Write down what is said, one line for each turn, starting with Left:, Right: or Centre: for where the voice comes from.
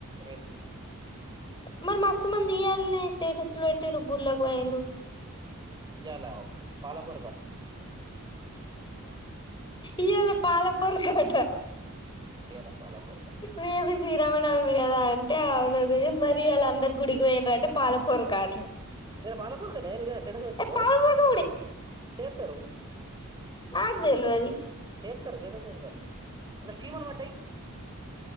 Right: రేపు
Left: మరి మస్తు మంది ఇయ్యాలని స్టేటస్ లో పెట్టి రుగ్గుర్లాకి పోయం్ర
Right: ఇలా పాలాపుర కా
Left: ఇయలో పాలపర కట్ట
Right: ఏలా పాల పడుత
Left: రేపు శ్రీరామనవమి కదా అంటే అవునది మరిీ వాళ్ళ అందరు గుడికి పోయిన అంటే పాలపూర కాదు
Right: ఇ బాలపూర్ కనే నిజ స్టెటస్ పెటిు
Left: పాలపొరక
Right: సేర్తారు
Left: నాకుదు అల్వది
Right: <unintelligible> అ చీమల పడ్డయి